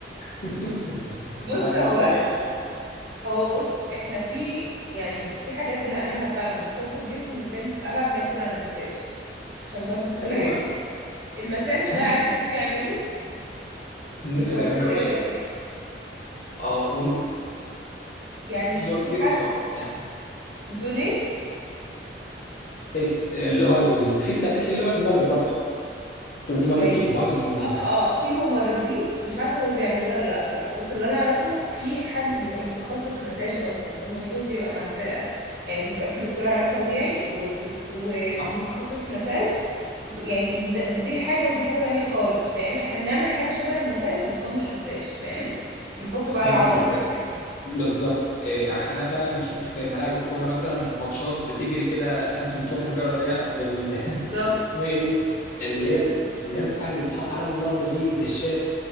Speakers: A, on the left; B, on the right.
A: <laughs>
B: <laughs> بص
A: وانا
B: هو
A: بتريق
B: هو بص احنا في يعني في حاجات بنعملها فعلا بتفك الجسم بس هي ابعد ما يكون عن المساج عشان برضو تكون
A: ايوه
B: عارف المساج
A: هم
B: ده عارف مين بيعمله
A: مين
B: بتوع
A: اللي بيعملوا
B: تربية رياضية
A: اه
B: يعني
A: والممرضين
B: في حد
A: طبعا يعني
B: بتقول ايه
A: الت- اللي هو ال... في ت... في اللي هو الممرض برضه والممرضين
B: يعني
A: بعض الممرضين
B: اه
A: يعني
B: اه في الممرضين مش عارفة دول بيعملوه ولا لا بصراحة بس اللي انا اعرفه في حد بيبقى متخصص مساج اصلا ده المفروض بيبقى مع الفرقة يعني بيبقى في دكتور علاج طبيعي ودك- ومتخصص
A: صح
B: مساج د- يعني د- دي حاجة ودي حاجة تانية خالص فاهم احنا بنعمل حاجة شبه المساج بس هو مش مساج فاهم بنفك بقى
A: فهمت
B: العضل
A: الفكره
B: والحاجات دي
A: بالظبط إيه، يعني انا فعلا لما اشوف في ملاعب الكوره مثلا ماتشات بتجري كده الناس من بتوع التربيه الرياضيه بال...
B: بالظبط
A: <laughs> بالاسماء دي اللي هي اللي هي بتاع اللي بتحط عليها المرضى دي بتشال